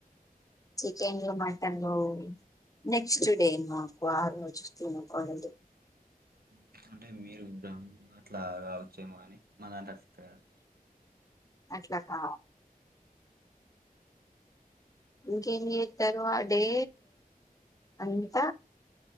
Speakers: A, on the left (about 20°); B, on the right (about 90°).
A: చికెన్లు మటన్లూ నెక్స్ట్ డే మాకు ఆర్నూచు తినకూడదు.
B: ఉహూ అంటే మీరు బ్రాహ్మ్ అట్లా గావచ్చేమో అని. మన దర్స్త్ గారు
A: అట్ల హా ఇంకేం జేత్తరు అదీ అంత